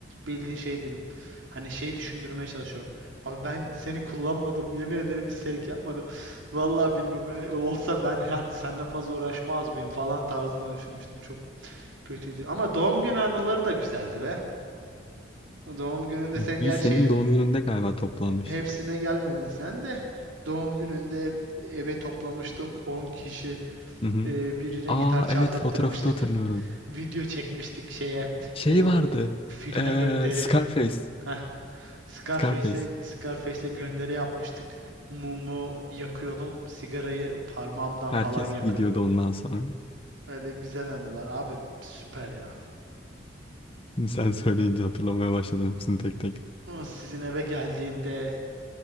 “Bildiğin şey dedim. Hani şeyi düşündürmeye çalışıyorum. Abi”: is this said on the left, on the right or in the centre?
Right